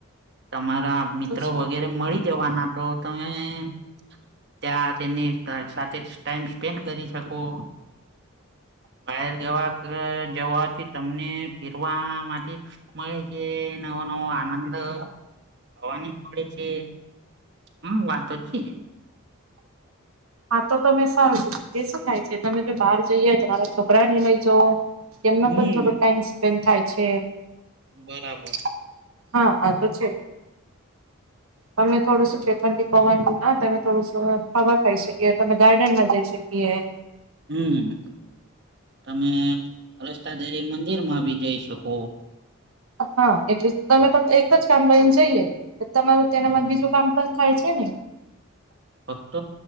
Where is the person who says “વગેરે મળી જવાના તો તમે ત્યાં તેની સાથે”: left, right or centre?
Right